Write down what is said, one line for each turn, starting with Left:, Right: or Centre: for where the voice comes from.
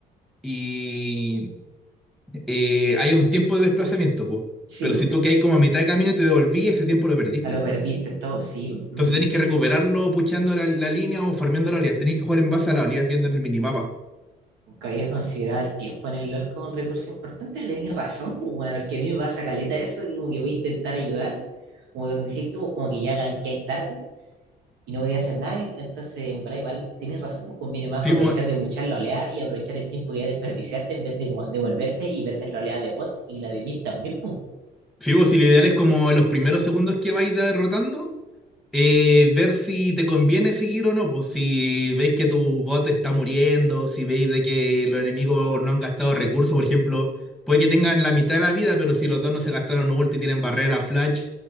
Centre: y eh, hay un tiempo de desplazamiento, pues.
Right: sí,
Centre: Pero
Right: pues.
Centre: si tú que hay como a mitad de camino y te devolví, ese tiempo lo perdiste.
Right: A lo perdiste todo, sí, pues.
Centre: Entonces tenéis que recuperarlo puchando la, la línea o farmeando la oleadas. Tenéis que jugar en base a las oleadas viendo en el minimapa.
Right: Nunca había considerado el tiempo en el LOL como un recurso importante, pero tenéis razón, pues, weón, porque a mí me pasa caleta eso, que como que voy a intentar ayudar, como donde decís tú, pues, como que ya hay tarde y no podía hacer nada, y entonces, en bola, igual tenéis razón, pues conviene más
Centre: Sí,
Right: aprovechar
Centre: pues,
Right: de buchar la oleada y aprovechar el tiempo que ya desperdiciaste en vez de como devolverte y perder la oleada de bot y la de mid también,
Centre: Sí, vos, si lo ideal es como en los primeros segundos que vais derrotando, eh, ver si te conviene seguir o no, pues si veis que tu bot está muriendo, si veis de que los enemigos no han gastado recursos, por ejemplo, puede que tengan la mitad de la vida, pero si los dos no se gastaron ulti y tienen barrera, flash,